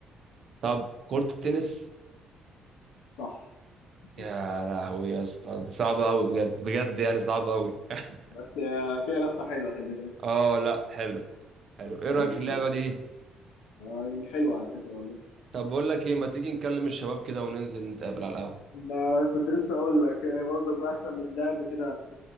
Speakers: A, on the right; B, on the left.
A: طب كرة التنس
B: صح <laughs>
A: يا لهوي يا اسطى دي صعبة قوي بجد بجد يعني صعبة قوي <laughs>
B: بس آه، فيها لفة حلوة خلي بالك
A: اه لا حلو حلو ايه رأيك
B: <laughs>
A: في اللعبة دي
B: آه، يعني حلوة على فكرة والله
A: طب بقول لك ايه ما تيجي نكلم الشباب كده وننزل نتقابل على القهوة
B: ما كنت لسه اقول لك يعني برضه بقى احسن من اللعب كده